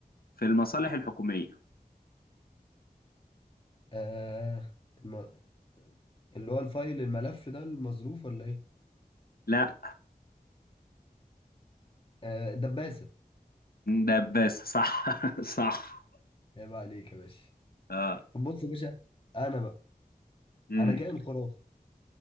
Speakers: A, on the left; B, on the left.
A: في المصالح الحكومية
B: آه الم... اللي هو الفايل الملف ده المظروف ولا ايه
A: لا
B: آه الدباسة
A: دباسة صح <laughs> صح
B: عيب عليك يا باشا
A: اه
B: طب بص يا باشا انا بقى
A: امم
B: انا كائن خرافي